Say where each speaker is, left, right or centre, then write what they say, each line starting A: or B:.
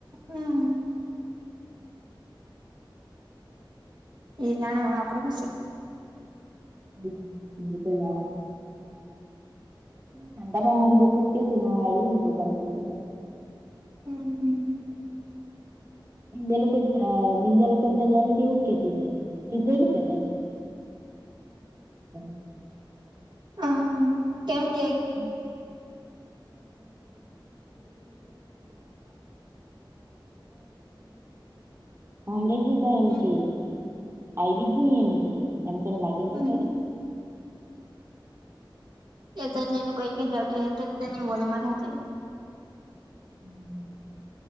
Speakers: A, on the right; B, on the right.
A: હા એ નાણા આપડે ને છે
B: <inaudible> <inaudible>
A: <inaudible>
B: <inaudible> એવું કેતું છે કીધેલું કે <unintelligible>
A: હમ્મ કેમ કે
B: <inaudible> <inaudible> અમરેજ ની કઈ એમ
A: હમ
B: કે, આઈજની એમ કે, એમ કેમ લાગેલ
A: હમ
B: તો ખરી.
A: એ તો જેનું કઈક જડ્યું હ, તો તેની વલમાં ખાતે.
B: હમ.